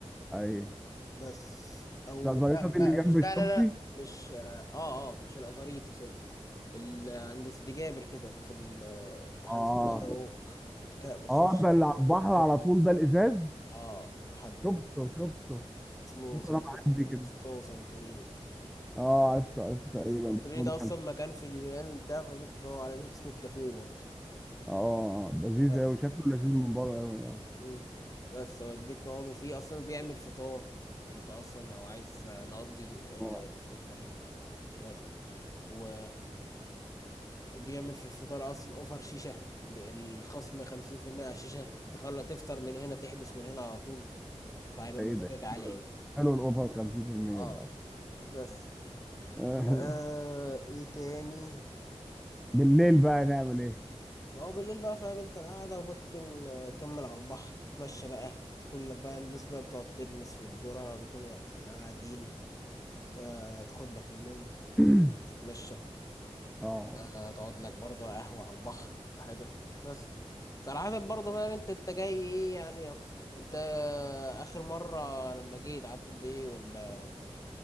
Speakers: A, in the centre; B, on the left.
A: اي
B: بس او
A: مش لا زريطه
B: لا
A: دي
B: لا
A: اللي
B: مش
A: جنب الشطبي
B: لا لا لا مش اه اه آه، مش الازاريطه سوري ال- عند سيدي جابر كده في ال... <laughs> في حاجه
A: اه
B: اسمها دوك بتك... بتخش
A: اه ده
B: كده
A: اللي على البحر على طول ده الازاز
B: اه لحد
A: شفته
B: ما
A: شفته
B: اسمه
A: شفته وانا
B: سنت
A: معدي كده
B: اسمه سانتوريني
A: اه عرفته عرفته تقريبا
B: بس انتوني
A: بس ما
B: ده
A: دخلتش
B: اصلا مكان في اليونان بتاع فبتفقوا على اسم الكافيه برضه
A: اه لذيذ
B: بس
A: قوي شكله لذيذ من بره قوي اه
B: مم. بس اوديك نقعدوا فيه اصلا بيعمل فطار انت اصلا لو عايز نقضي اه
A: اه ده
B: تفطر هناك بس و وبيعمل في الفطار اصلا اوفر شيشة بالخصم 50% على الشيشة تخلى تفطر من هنا تحبس من هنا على طول فهيبقى
A: ايه
B: مزاجك
A: ده
B: عالي
A: حلو
B: اوي
A: حلو الاوفر 50%
B: اه
A: ده
B: بس
A: آه.
B: آه ايه تاني
A: <laughs> بالليل بقى نعمل ايه
B: ما هو بالليل بقى فاهم انت القعدة وممكن آه، كمل على البحر تتمشى بقى تاكل لك بقى الناس بقى بتقعد ترمس والذرة بيكونوا قاعدين آه تاخد لك منهم فكرة
A: <clears throat>
B: انك تتمشى
A: اه
B: آه تقعد لك برضه قهوة على البحر ولا حاجة بس صراحة برضه فاهم انت انت جاي ايه يعني اكتر انت اخر مرة لما جيت قعدت قد ايه ولا